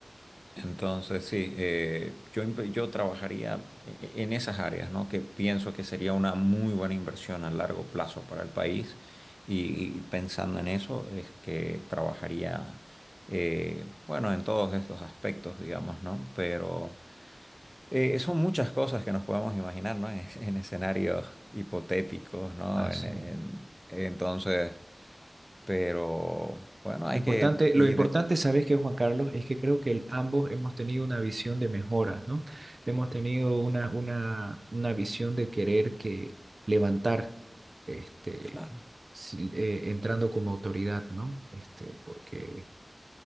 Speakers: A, in the centre; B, on the right.
A: Entonces, sí, eh, yo, imp- yo trabajaría e- en esas áreas, ¿no? Que pienso que sería una muy buena inversión a largo plazo para el país. Y, y pensando en eso, es que trabajaría, eh, bueno, en todos estos aspectos, digamos, ¿no? Pero eh, son muchas cosas que nos podemos imaginar, ¿no? <laughs> En, en escenarios hipotéticos, ¿no?
B: Así
A: En- en- entonces, pero bueno, hay
B: Lo importante,
A: que ir,
B: lo importante, ¿sabes qué, Juan Carlos? Es que creo que el- ambos hemos tenido una visión de mejoras, ¿no? Hemos tenido una, una, una visión de querer que levantar, este,
A: claro,
B: si- eh, entrando como autoridad, ¿no? Este, porque